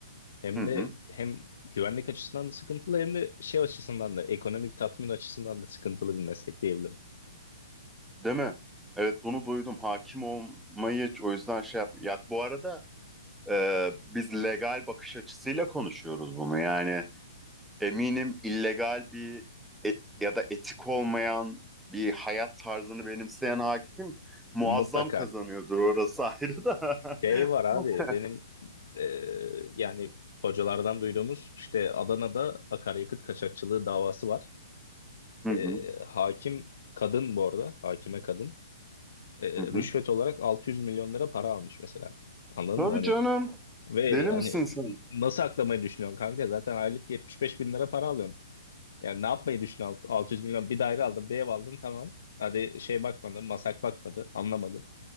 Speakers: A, on the left (about 60°); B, in the centre.
A: Hem
B: Hı hı.
A: de hem güvenlik açısından da sıkıntılı hem de şey açısından da ekonomik tatmin açısından da sıkıntılı bir meslek diyebilirim.
B: Değil mi? Evet bunu duydum. Hakim olmayı o yüzden şey yap. Ya bu arada e, biz legal bakış açısıyla konuşuyoruz bunu. Yani eminim illegal bir e- ya da etik olmayan bir hayat tarzını benimseyen hakim muazzam
A: Mutlaka
B: kazanıyordur. Orası ayrı da.
A: Şey var abi
B: <laughs>
A: benim eee, yani hocalardan duyduğumuz işte Adana'da akaryakıt kaçakçılığı davası var.
B: Hı
A: Eee,
B: hı.
A: hakim kadın bu arada hakime kadın eee,
B: Hı hı.
A: rüşvet olarak 600 milyon lira para almış mesela. Anladın
B: Tabii
A: mı? Hani
B: canım.
A: ve
B: Deli
A: hani
B: misin sen?
A: nasıl aklamayı düşünüyorsun kanka? Zaten aylık 75 bin lira para alıyorsun. Yani ne yapmayı düşünüyorsun? Alt- 600 milyon bir daire aldın, bir ev aldın tamam. Hadi şey bakmadı, masak bakmadı, anlamadı.